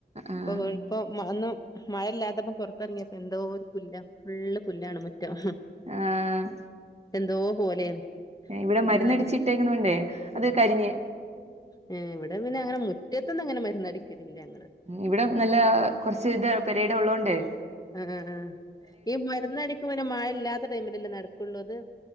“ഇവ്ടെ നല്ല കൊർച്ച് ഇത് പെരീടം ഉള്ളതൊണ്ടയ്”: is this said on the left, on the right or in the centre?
Right